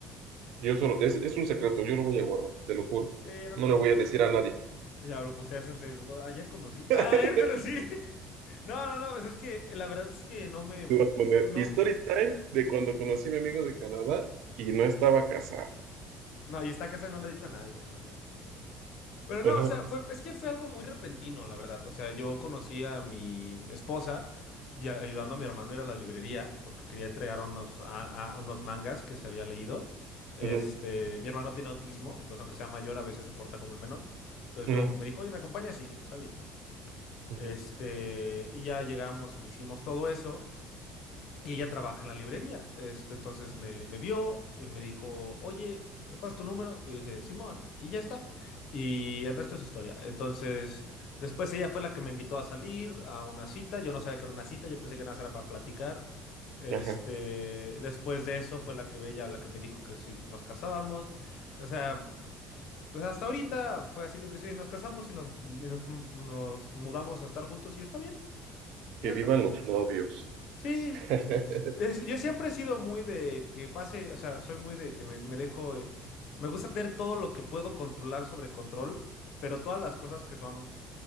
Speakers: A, on the right; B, on the left.
A: Yo solo, es, es un secreto, yo lo voy a guardar, te lo juro.
B: Sí, no
A: No
B: te preocupes.
A: le voy a decir a nadie.
B: Ya lo posteas en Facebook. Ayer conocí. <laughs>
A: <laughs>
B: Ah, ayer conocí. <laughs> No, no, no, pues es que la verdad es que no me...
A: Te iba a poner
B: No,
A: Story
B: n-
A: Time de cuando conocí a mi amigo de Canadá y no estaba casado.
B: no, y está casada y no le he dicho a nadie, más bien. Pero no,
A: Ajá,
B: o sea, fue, es que fue algo muy repentino, la verdad. O sea, yo conocí a mi esposa ya ayudando a mi hermano a ir a la librería porque quería entregar unos, a, a unos mangas que se había leído. Este,
A: ujú,
B: mi hermano tiene autismo, entonces aunque sea mayor, a veces se porta como el menor. Entonces
A: ujú,
B: yo me dijo, oye, ¿me acompañas? Y dije, está bien.
A: ujú,
B: Este, y ya llegamos y hicimos todo eso. Y ella trabaja en la librería. Este, entonces me, me vio y me dijo, oye, ¿me pasas tu número? Y dije, Simón, y ya está. Y el resto es historia. Entonces, después ella fue la que me invitó a salir a una cita. Yo no sabía que era una cita, yo pensé que nada más era para platicar. Este,
A: ajá.
B: después de eso fue la que ella, la que me dijo que si nos casábamos. O sea, pues hasta ahorita fue así que sí, nos casamos y nos, y nos, nos mudamos a estar juntos y yo, está bien,
A: Que
B: ya
A: vivan
B: está.
A: los novios. <laughs>
B: Sí, es- yo siempre he sido muy de que pase, o sea, soy muy de que me, me dejo, eh, me gusta tener todo lo que puedo controlar sobre control, pero todas las cosas que son